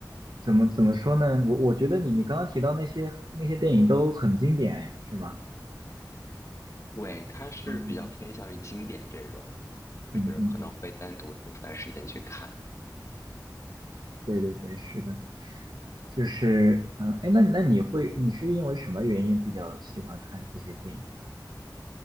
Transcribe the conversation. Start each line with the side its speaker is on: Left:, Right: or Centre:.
Right: 怎么怎么说呢？我我觉得你你刚刚提到那些那些电影都很经典，哎，是吗？
Left: 对，它是比较偏向于经典这种，
Right: 嗯嗯嗯嗯。
Left: 就是可能会单独抽出来时间去看。
Right: 对对对，是的，就是嗯哎，那那你会你是因为什么原因比较喜欢看这些电影呢？